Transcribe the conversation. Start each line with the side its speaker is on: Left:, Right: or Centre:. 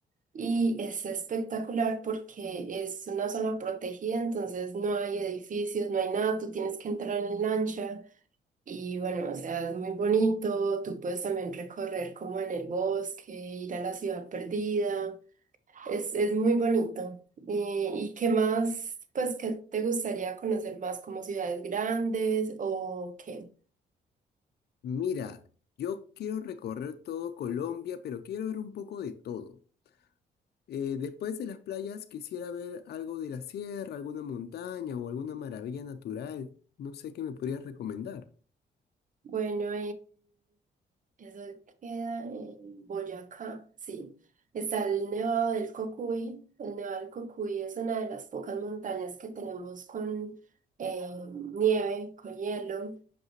Right: Y es espectacular porque es una zona protegida, entonces no hay edificios, no hay nada, tú tienes que entrar en lancha y bueno, o sea, es muy bonito, tú puedes también recorrer como en el bosque, ir a la ciudad perdida, es, es muy bonito. Eh, ¿y qué más, pues, qué te gustaría conocer más como ciudades grandes o qué?
Left: Mira, yo quiero recorrer todo Colombia, pero quiero ver un poco de todo. Eh, después de las playas quisiera ver algo de la sierra, alguna montaña o alguna maravilla natural. No sé qué me podrías recomendar.
Right: Bueno, Eso queda en Boyacá, sí. Está el Nevado del Cocuy. El Nevado del Cocuy es una de las pocas montañas que tenemos con eh, nieve, con hielo,